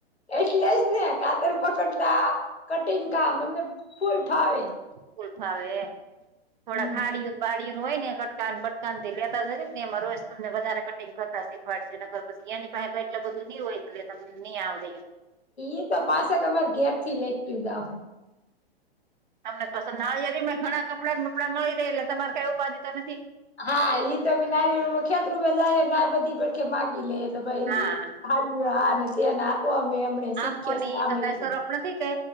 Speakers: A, on the left; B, on the right.
A: એટલે જ ને કાતર પકડતા કટિંગ કામ અમને ફૂલ ફાવે.
B: ફૂલ ફાવે,
A: હમ
B: થોડા ખાડીઓ બાડીઓ ન હોય ને કટકા બટ દુાનથી લેતા થ ને એમાં રોજ તમને વધારે કટિંગ કરતા શીખવાડ છે નગરી એની પાસે એટલા બધું નહી હોય. એટલે તમને નહી આવડે.
A: એ તો પાસેક અમાર ઘેર થી લેતું જા હું.
B: તમને પસંદ નડિયાદી ઘણા કપડાં બપડાં મળી રહેે એટ તમારે કઈ ઉપાધિ તો નથી.
A: હા એ તો નારી ખેતરૂપે જાય ના બધી પડખે માગી લે. તો ભાઈ
B: હા
A: હાડ આ ને તેને આપો અમે એમને શીખીએ
B: આપોને
A: કામ
B: ઈ તો
A: એટલે.
B: કઈ સરફ નથી કે